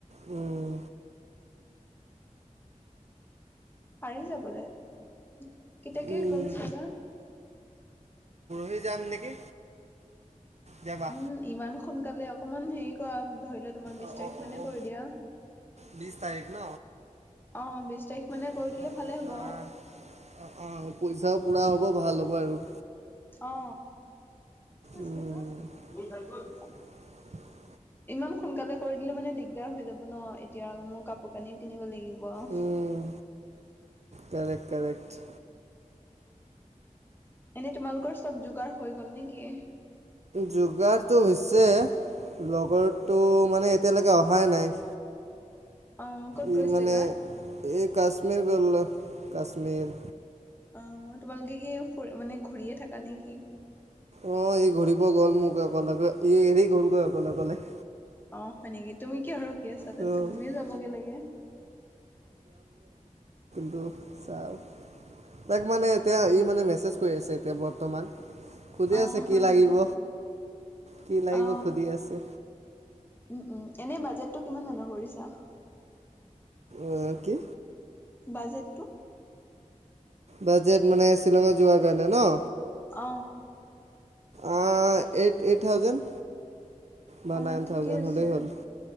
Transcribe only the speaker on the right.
উম।
উম,
হি যাম নেকি? যাবা?
অ',
অ', অ',
অ',
বিছ তাৰিখ ন?
<unintelligible>
অ পইচাও পুৰা হ'ব ভাল হ'ব আৰু।
উম,
<inaudible>
উম, কাৰেক্ট, কাৰেক্ট
যোগাৰটো হৈছ- ছে লগৰটো মানে এতিয়ালৈকে অহাই নাই।
ই
মানে
এই কাশ্মীৰ গল্ল কাশ্মীৰ।
অ ই ঘূৰিব গ'ল মোক অকেলগে ই এৰি গলগৈ অকলে অকলে।
ত'
দুখ চাওঁক। তাক মানে এতিয়া ই মানে মেছেজ কৰি আছে এতিয়া বৰ্তমান। সুধি
আছে কি
লাগিব,
কি লাগিব
সুধি আছে।
অ কি?
বাজেট মানে শ্বিলঙত যোৱাৰ কাৰণে ন?
আ এইট এইট থাউজেণ্ড বা
নাইন
থাউজেণ্ড
হ'লেই হ'ল।